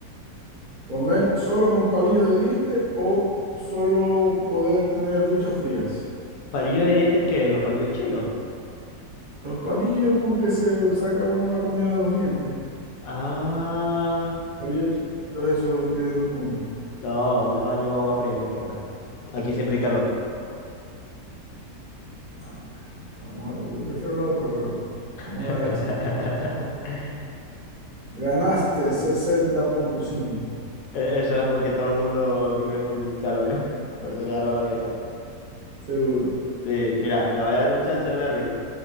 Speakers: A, on the right; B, on the left.
A: ¿Comer solo con palillos de diente o solo poder tener duchas frías?
B: ¿Palillos de dientes que los palillos chinos?
A: Los palillos con que se saca uno la comida de los dientes.
B: Ah.
A: Los palillos chiquititos, esos que tienen dos puntas.
B: No, me baño con agua fría, no importa. Aquí siempre hay calor.
A: Ah, vamos a ver, yo prefiero la otra, pero vamos
B: <laughs>
A: a darle esa. Ganaste sesenta punto cinco
B: E- Eso es porque todo el mundo vive en calor. <laughs> Por eso que agarraron esta.
A: seguro.
B: Sí, mira, me va a dar un chance, Mervin,